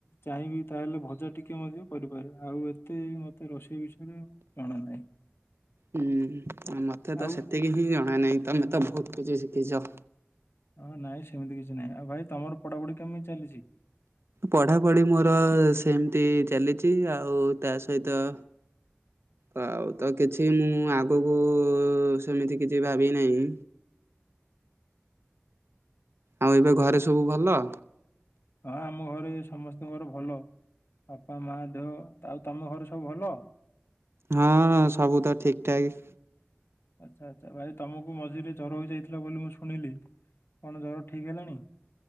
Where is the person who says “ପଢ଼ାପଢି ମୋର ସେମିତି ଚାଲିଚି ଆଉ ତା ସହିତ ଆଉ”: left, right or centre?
Right